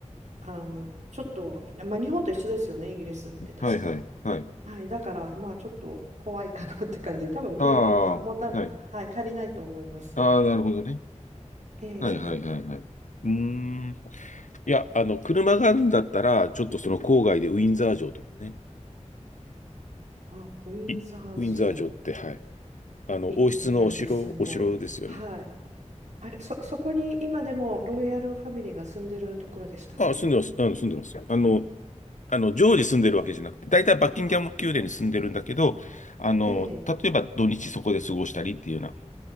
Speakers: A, on the right (about 70°); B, on the left (about 80°).
A: あの、ちょっと、まあ、日本と一緒ですよね、イギリスって確か。
B: はいはい、はい。
A: はい、だから、まあ、ちょっと怖いかなって感じで、多分車は持た、
B: ああ、はい。
A: あはい、借りないと思います。
B: ああ、なるほどね。
A: ええ、
B: はいはいはいはい。
A: ええ
B: うーん。いや、あの、車があるんだったら、ちょっとその郊外でウィンザー城とかね。
A: あ、ウィンザー城、
B: いウィンザー城って、はい。あの、
A: 行ってないですね。
B: 王室のお城、お城ですよね。
A: はい。あれ、そ、そこに今でもロイヤルファミリーが住んでるところでしたっけ
B: ああ、住んでます。あの、住んでます。あの、あの、常時住んでるわけじゃなくて、大体バッキンガム宮殿に住んでるんだけど、あの、
A: ええ、
B: 例えば土日そこで過ごしたりっていうような